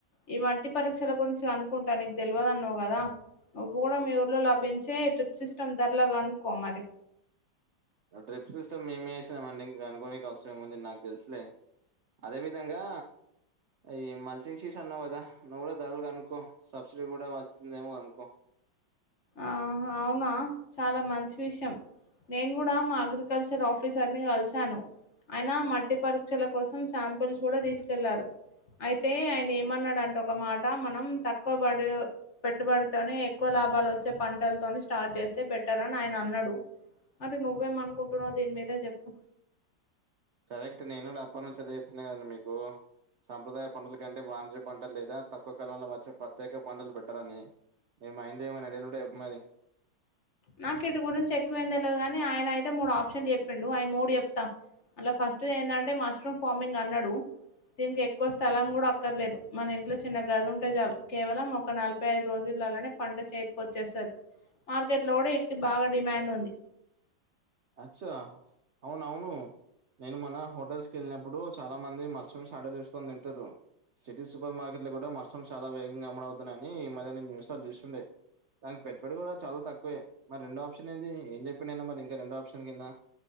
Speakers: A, on the left (about 45°); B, on the right (about 80°).
A: ఈ వల్టీ పరీక్షల గురించి అనుకుంటా నీకు తెలియదున్నావు కదా. నువ్వు కూడా మీ ఊర్లో లభించే ట్రిప్ సిస్టమ్ ధరలా కనుకో మరి
B: డ్రిప్ సిస్టమ్ మేమే వేసినామండి ఇంకా కనుకోడానికి అవసరం ఏముంది నాకు తెలుసులే. అదే విధంగా. అయి మల్సింగ్షీస్ అన్నావు కదా నువ్వు కూడా ధరలు కనుకో సబ్సిడీ కూడా వస్తుందేమో కనుకో.
A: ఆహ అవునా చాలా మంచి విషయం. నేను కూడా మా అగ్రికల్చర్ ఆఫీసర్ ని కలిసాను ఆయనా మట్డిపరు. పరీక్షల కోసం శాంపుల్స్ కూడా తీసుకెళ్లారు. అయితే ఆయన ఏమన్నాడుంటే ఒక మాట మనం తక్కువబడి పెట్టుబడితోనే ఎక్కువ లాభాలు వచ్. వచ్చే పంటలతోని స్టార్ట్ చేస్తే బెటర్ అని ఆయన అన్నాడు. అంటే నువ్వేం అనుకుంటున్నావు దీని మీద చెప్పు.
B: కరెక్ట్ నేను కూడా అప్పటి నుంచి అదే చెప్తున్నాను కదానే మీకు. సాంప్రదాయ పంటల కంటే వాణిజ్య పంటలు లేదా తక్కువ కాలంలో వచ్చే ప్రత్యేక పంటలు బెటరని. నీ మైండ్లో ఏమైనా ఉంటే చెప్పు మరి.
A: నాకు ఇటు గురించి ఎక్కువ ఏంది తెదు కాగాని ఆయన అయితే మూడు ఆప్షన్ చెప్పిండు ఐ మూడు చెప్తా. వాళ్లు ఫస్ట్ ది ఏందంటే మష్రూమ్ ఫామింగ్ అన్నారు. దీనికి ఎక్కువ స్థలం కూడా అక్కర్లేదు మన ఇంట్లో చిన్న గది ఉంటే చాలు కేవలం ఒక నలభై ఐదు రోజులు. లనే పంట చేతికి వచ్చేస్తది మార్కెట్ లో కూడా ఇటికి బాగా డిమాండ్ ఉంది.
B: అచ్చా అవును అవును. నేను మొన్న హోటల్స్ కి వెళ్ళినప్పుడు చాలా మంది మస్ట్ రూమ్స్ ఆర్డర్ చేసుకొని తింటురు. సిటీ సూపర్ మార్కెట్ లో కూడా మష్రూమ్స్ చాలా వేగంగా అమ్మబడుతున్నాయని ఈ మధ్య నేను న్యూస్ లో చూస్తుండే. దానికి పెట్టుబడి కూడా చాలా తక్కువే మరి రెండో ఆప్షన్ ఏంది ఏం చెప్పిడయానా మరి ఇంకా రెండో ఆప్షన్. ఆప్షన్ కింద.